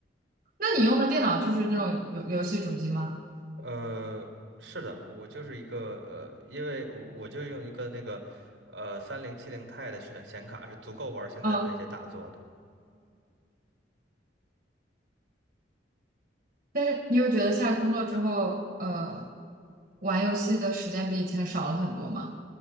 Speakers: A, on the right; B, on the right.
A: 那你用的电脑就是那种游游戏主机吗？
B: 呃，是的，我就是一个呃，因为我我就用一个那个呃三零七零 Ti 的显显卡是足够玩现在的那些大作的，
A: 嗯，但是你有觉得现在工作之后，呃，玩游戏的时间比以前少了很多吗？